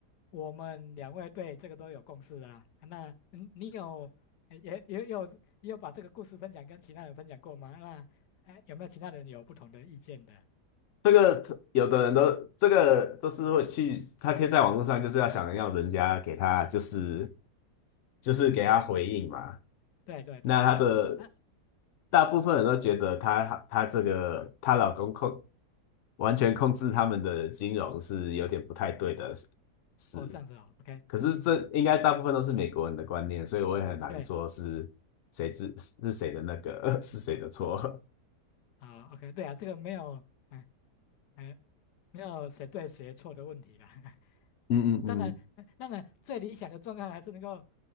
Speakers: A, on the left (about 80°); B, on the left (about 65°).
A: 我们两位对这个都有共识了啦。啊那嗯，你有呃也也有也有把这个故事分享跟其他人分享过吗？那哎，有没有其他人有不同的意见的？
B: 这个有的人都这个都是会去，他贴在网络上就是要想要人家给他就是就是给他回应嘛。
A: 对对对对，
B: 那他的
A: 啊，
B: 大部分人都觉得他他这个她老公控完全控制他们的金融是有点不太对的事是
A: 哦，这样子哦，OK，
B: 可是这应该大部分都是美国人的观念，
A: 嗯，
B: 所以我也很难说是谁是是谁的那个
A: 对，
B: <laughs> 是谁的错。
A: 好，OK，对啊，这个没有，嗯、哎，没有谁对谁错的问题啦。
B: <laughs> 嗯嗯嗯，
A: 当然，呃当然，最理想的状态还是能够